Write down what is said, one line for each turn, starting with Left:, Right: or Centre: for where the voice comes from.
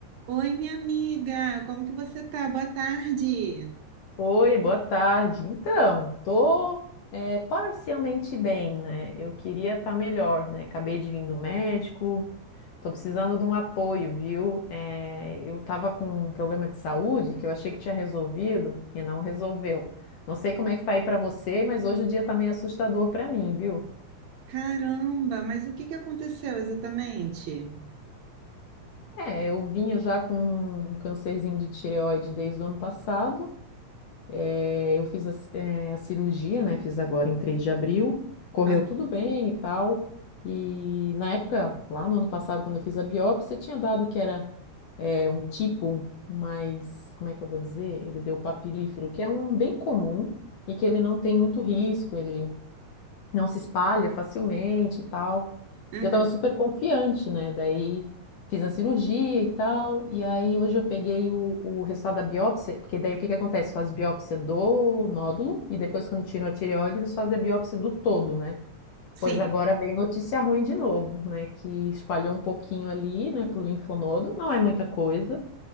Right: Oi, minha amiga, como que você tá? Boa tarde.
Left: Oi, boa tarde. Então, tô eh, parcialmente bem, né? Eu queria estar melhor, né? Acabei de vir do médico, tô precisando de um apoio, viu? Eh, eu tava com um problema de saúde que eu achei que tinha resolvido e não resolveu. Não sei como é que tá aí pra você, mas hoje o dia tá meio assustador pra mim, viu?
Right: Caramba, mas o que que aconteceu exatamente?
Left: É, eu vinha já com um cancerzinho de tireoide desde o ano passado. Eh, eu fiz a, ci- eh, a cirurgia, né? Fiz agora em 3 de abril. Correu
Right: Ah,
Left: tudo bem e tal. E na época, lá no ano passado, quando eu fiz a biópsia, tinha dado que era eh, um tipo mais, como é que eu vou dizer? Ele deu papilífero, que é um bem comum e que ele não tem muito risco. Ele não se espalha facilmente e tal.
Right: uhum,
Left: E Eu tava super confiante, né? Daí fiz a cirurgia e tal, e aí hoje eu peguei o, o resultado da biópsia, porque daí o que que acontece? Faz biópsia do nódulo e depois quando tiram a tireoide, eles fazem a biópsia do todo, né?
Right: sim.
Left: Pois agora vem notícia ruim de novo, né? Que espalhou um pouquinho ali, né, pro linfonodo. Não é muita coisa,